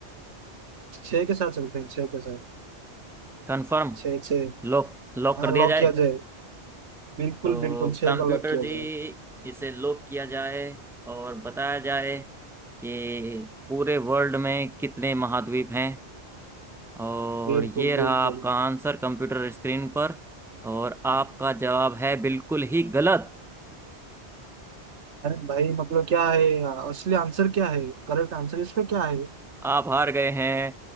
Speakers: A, on the right; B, in the centre.
A: छः के साथ चलते हैं छः के साथ
B: कंफर्म
A: छः छः
B: लॉक लॉक कर
A: हाँ
B: दिया
A: लॉक
B: जाए
A: किया जाए बिल्कुल
B: तो
A: बिल्कुल छः
B: कंप्यूटर
A: को लॉक किया
B: जी
A: जाए
B: इसे लॉक किया जाए और बताया जाए कि पूरे वर्ल्ड में कितने महाद्वीप हैं और
A: बिल्कुल
B: ये रहा
A: बिल्कुल
B: आपका आंसर कंप्यूटर स्क्रीन पर और आपका जवाब है बिल्कुल ही गलत
A: अरे भाई मतलब क्या है असली आंसर क्या है करेक्ट आंसर इसका क्या है
B: आप हार गए हैं